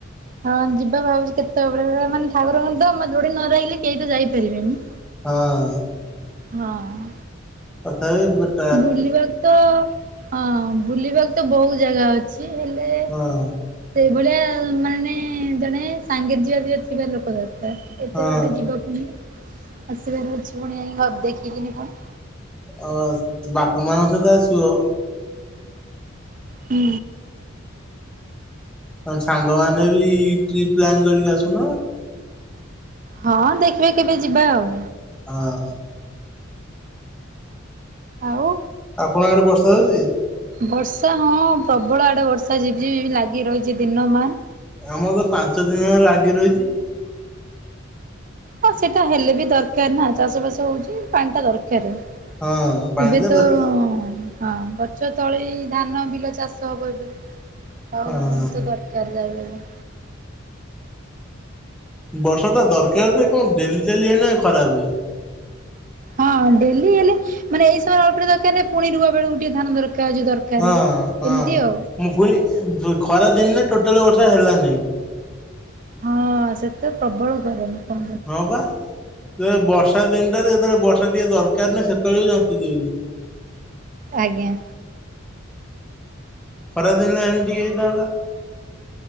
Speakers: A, on the right; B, in the centre.
A: ହଁ ଯିବା ଭାବୁଛି କେତେବେଳେ ମାନେ ଠାକୁରଙ୍କର ତ ବା ଡୋରୀ ନ ଲାଗିଲେ କେଇ ତ ଯାଇପାରିବେନି।
B: ହଁ।
A: ହଁ।
B: ତଥାବି <unintelligible>
A: ବୁଲିବାକୁ ତ ହଁ ବୁଲିବାକୁ ତ ବହୁତ ଜାଗା ଅଛି ହେଲେ
B: ହଁ।
A: ସେଇଭଳିଆ ମାନେ ଜଣେ ସାଙ୍ଗେରେ ଯିବା ଯିବା ଥିବା ଲୋକ ଦର୍ କାର ଏତେ
B: ହଁ
A: ବାଟ ଯିବ ପୁଣି ଆସିବାର ଅଛି ପୁଣି ଜାଇଙ୍କି <unintelligible> ଦେଖିକିନି ପୁଣି।
B: ଆଉ ଆସ ତ ବାପା ମାଙ୍କ ସହିତ ଆସିବ।
A: ହୁଁ।
B: ନ ହେଲେ ସାଙ୍ଗମାନେ ବି ଟ୍ରିପ ପ୍ଲାନ୍ କରିକି ଆସୁନ।
A: ହଁ ଦେଖିବା କେବେ ଯିବା ଆଉ।
B: ହଁ।
A: ଆଉ?
B: ଆପଣଙ୍କ ଆଡ଼େ ବର୍ଷା ହଉଛି?
A: ବର୍ଷା ହଁ ପ୍ରବଳ ଆଡେ ବର୍ଷା ଝିପି ଝିପି ଲାଗି ରହିଛି ଦିନମାନ୍।
B: ଆମର ତ ପାଞ୍ଚ ଦିନ ଲାଗି ରହିଛି।
A: ହଁ ସେଇଟା ହେଲେ ବି ଦରକାର ନା ଚାଷ ବାସ ହଉଛି ପାଣି ଟା ଦରକାର।
B: ହଁ ପାଣି
A: ଏବେ ତ
B: ଦରକାର
A: ହଁ ଗଛ ତଳେ ଧାନ ବିଲ ଚାଷ ହବ ଏବେ, ଆଉ
B: ହଁ
A: ତ ଦର କରି ଯାଉ ହେଲେ
B: ବର୍ଷା ଟା ଦରକାର ଯେ କଣ ଡେଲି ଡେଲି ଖରାପେ।
A: ହଁ ଡେଲି ହେଲେ ମାନେ ଏଇ ସମୟରେ ଅଳ୍ପିଆ ଦରକାର ନା ପୁଣି ରୁଆ ବେଳକୁ ଟିକେ ଧାନ ଦରକାର। ଯୋଉ ଦ ରକାର,
B: ହଁ ହଁ
A: ଏମିତି ଆଉ।
B: ମୁଁ ପୁଣି ଖରା ଦିନେ ଟୋଟାଲ ବର୍ଷା ହେଲାନି।
A: ହଁ ସେତେ ପ୍ରବଳ ଗରମ। କ
B: ହଁ ବା। ବର୍ଷା ଦିନଟାରେ ଯେତେବେଳେ ବର୍ଷା ଟିକେ ଦରକାର ନା ସେତେବେଳେ ବି ଯତି ଦଉଛି।
A: ଆଜ୍ଞା।
B: ଖରାଦିନରେ ଏମିତିି ହେଇଥାନ୍ତା